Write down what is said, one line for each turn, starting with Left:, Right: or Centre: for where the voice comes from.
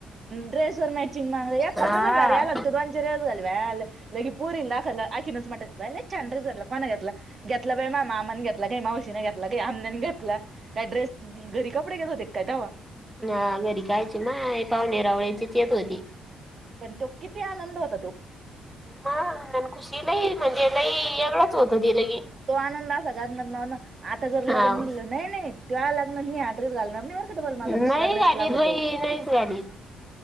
Right: ड्रेस वरं मॅचिंग मागलां यां खंदा
Centre: हा.
Right: जरं भारी आलांत तूं दोन रेस घालवांला. लगी पूरीलांखकीन मटांत छान ड्रेस घातंला कोना गातला. घेतलं पां मां मामाांनी घेतलां कांहीं मावशीने घांतला कांहीं आमबन्याने घेतला कां डेरेस, घरी कपडे घेतं होते कायं तवां,
Centre: नां घरी कायंची मं पाहुणेरांवळचीच येतं होती.
Right: पणं तो किती आनंद होतो तो.
Centre: मनं खुशीलांय म्हणजे लई वेगळंच होतं की.
Right: तो आनंद असां घालणांर नां नां आंता जरं
Centre: हाव
Right: लग्नं निघललं नाहीं नाहीं त्यां लग्नांत मी हां ड्रेस घालणांर नाहीं बरं डबल मलां
Centre: नाही
Right: दुसरां ड्रेस
Centre: घालीत
Right: लागतो.
Centre: बाई नाहीच घालीत.